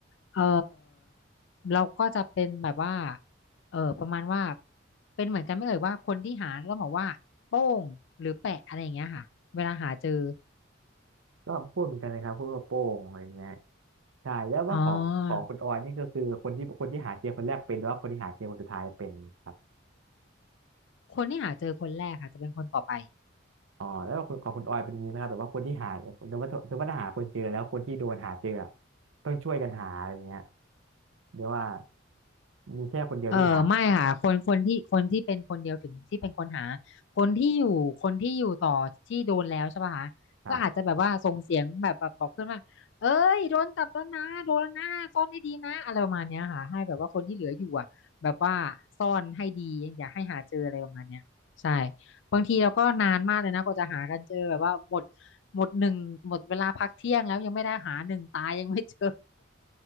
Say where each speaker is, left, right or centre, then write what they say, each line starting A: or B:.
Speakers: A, on the left; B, on the right.
A: เออเราก็จะเป็นแบบว่าเออประมาณว่าเป็นเหมือนกันไม่เอ่ยว่าคนที่หาต้องบอกว่าโป้งหรือแปะอะไรอย่างเงี้ยค่ะเวลาหาเจอ
B: ก็พูดเหมือนกันเลยครับพูดว่าโป้งอะไรเงี้ย ใช่แล้วว่าของของคุณออยนี่ก็คือคนที่คนที่หาเจมคนแรกเป็นหรือว่าคนที่หาเจมคนสุดท้ายเป็นครับ
A: อ๋อคนที่หาเจอคนแรกค่ะจะเป็นคนต่อไป
B: อ๋อแล้วของของคุณออยเป็นอย่างนี้ไหมครับแบบว่าคนที่หาสมมติสมมติว่าหาคนเจอแล้วคนที่โดนหาเจออะต้องช่วยกันหาอะไรเงี้ยเรียกว่ามีแค่คนเดียวที่หา
A: เออไม่ค่ะคนคนที่คนที่เป็นคนเดียวถึงที่เป็นคนหาคนที่อยู่คนที่อยู่ต่อที่โดนแล้วใช่ป่ะคะก็อาจจะแบบว่าส่งเสียงแบบแบบบอกเพื่อนว่าเอ้ยโดนจับแล้วนะโดนแล้วนะซ่อนให้ดีนะอะไรประมาณเนี้ยค่ะให้แบบว่าคนที่เหลืออยู่อ่ะแบบว่าซ่อนให้ดีอย่าให้หาเจออะไรประมาณเนี้ยใช่
B: ครับ
A: บางทีเราก็นานมากเลยนะกว่าจะหากันเจอแบบว่าหมดหมดหนึ่งหมดเวลาพักเที่ยงแล้วยังไม่ได้หาหนึ่งตายยังไม่เจอ